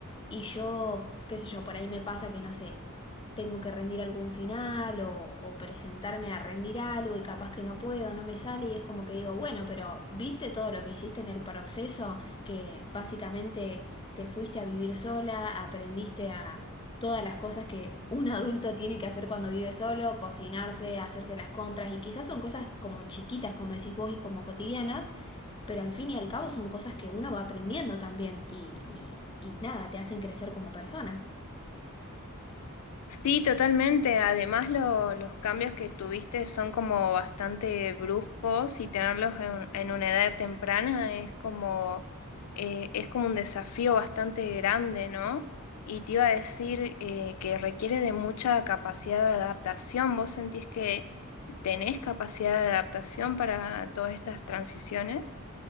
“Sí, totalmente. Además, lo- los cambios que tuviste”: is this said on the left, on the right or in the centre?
Left